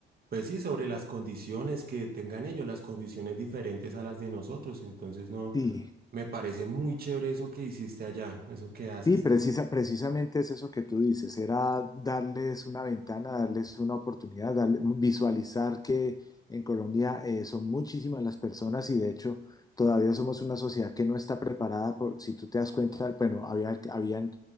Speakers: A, on the right (about 50°); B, on the left (about 20°).
A: pues sí, sobre las condiciones que tengan ellos, las condiciones diferentes a las de nosotros. Entonces, no,
B: sí.
A: me parece muy chévere eso que hiciste allá, eso que haces.
B: Sí, precisa, precisamente es eso que tú dices, era darles una ventana, darles una oportunidad, darle- visualizar que en Colombia eh, son muchísimas las personas y de hecho todavía somos una sociedad que no está preparada por, si tú te das cuenta, bueno, había, habían